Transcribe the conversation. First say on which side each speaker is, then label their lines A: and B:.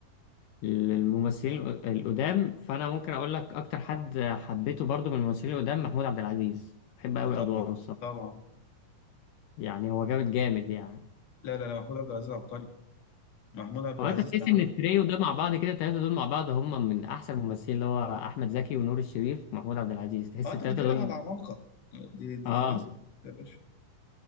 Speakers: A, on the left (about 80°); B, on the left (about 55°).
A: للممثلين الق- القدام فانا ممكن اقول لك اكتر حد حبيته برضو من الممثلين القدام محمود عبد العزيز بحب قوي
B: آه، طبعا
A: ادواره الصراحه
B: طبعا
A: يعني هو جامد جامد يعني
B: لا لا لا محمود عبد العزيز عبقري محمود عبد
A: هو
B: العزيز
A: انت تحس
B: ده عمل
A: ان التريو ده مع بعض كده التلاتة دول مع بعض هم من احسن الممثلين اللي هو احمد زكي ونور الشريف ومحمود عبد العزيز تحس
B: اه انت
A: التلاتة
B: بتتكلم
A: دول
B: على عمالقة دي دي
A: اه
B: ناس يا باشا